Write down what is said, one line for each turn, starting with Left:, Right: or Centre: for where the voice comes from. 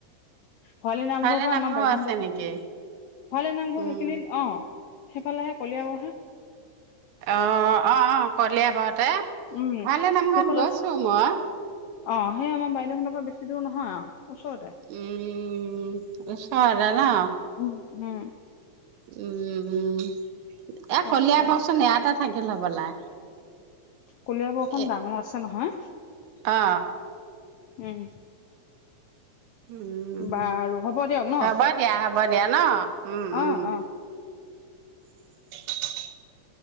Left: ভৰালি নামঘৰৰ
Right: ভৰালে
Left: পৰা
Right: নামঘৰ
Left: আমাৰ বাইদেউহঁত
Right: আছে নেকি?
Left: ভৰালি নামঘৰ
Right: উম,
Left: সেইখিনিত অ সেইফালেহে কলিয়াবৰহা
Right: অ অ অ কলে আবতে
Left: উম
Right: ভৰালি নামঘৰত
Left: সেইফালে
Right: গৈছো মই
Left: অ সেই আমাৰ বাইদেউ হতৰ পৰা বেছি দূৰ নহয় আৰু ওচৰতে
Right: উম ওচৰতে ন
Left: উম উম
Right: উম, উম। এ
Left: তাকে
Right: কলিয়াবচোন ইয়াতে থাকিল হ'বলা।
Left: কলিয়াবৰখন
Right: এ
Left: ডাঙৰ আছে নহয়।
Right: অ,
Left: উম,
Right: উম,
Left: বাৰু হ'ব দিয়ক ন।
Right: হ'ব <unintelligible> ন? উম,
Left: অঁ,
Right: উম।
Left: অঁ।
Right: <inaudible>